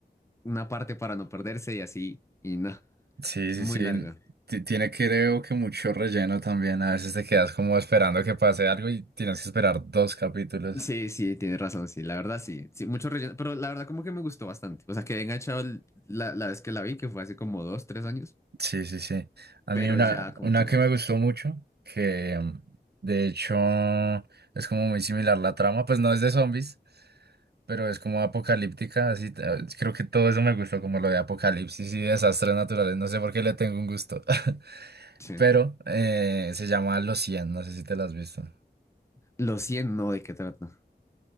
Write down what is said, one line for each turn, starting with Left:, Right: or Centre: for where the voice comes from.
Left: una parte para no perderse y así, y no,
Right: Sí, sí,
Left: muy
Right: sí.
Left: larga.
Right: Ti- Tiene creo que mucho relleno también. A veces te quedas como esperando que pase algo y tienes que esperar dos capítulos.
Left: Sí, sí, tienes razón, sí, la verdad sí, sí, mucho relleno, pero la verdad como que me gustó bastante, o sea, quedé enganchado el- la, la vez que la vi, que fue hace como dos, tres años,
Right: Sí, sí, sí. A
Left: pero
Right: mí una,
Left: ya como
Right: una
Left: que no,
Right: que me gustó mucho, que mm, de hecho es como muy similar la trama, pues no es de zombies, pero es como apocalíptica, así t- eh, creo que todo eso me gustó, como lo de apocalipsis y desastres naturales, no sé por qué le tengo un gusto, <laughs>
Left: sí.
Right: pero eh, se llama Los cien no sé si te lo has visto.
Left: Los 100 no, ¿de qué trata?